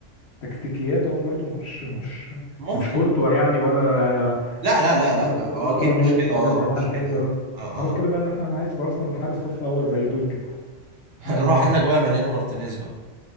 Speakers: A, on the left; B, on the right.
A: تكتيكيات هو برضو مش مش
B: ممكن
A: مش كورتوا يعني ولا
B: لا لا لا لا
A: ولا
B: لا
A: سومر
B: اه اكيد
A: ولا نوير
B: مش كده اه
A: ولا الجماعه
B: مش
A: الحلوه
B: كده
A: دي
B: اه
A: ما انا بتكلم
B: اه
A: بقى ان احنا انا عايز في ارسنال حارس صف اول زي دول كده يعني
B: آه. <laughs> روح هات لك بقى مليانو مارتينيز بقى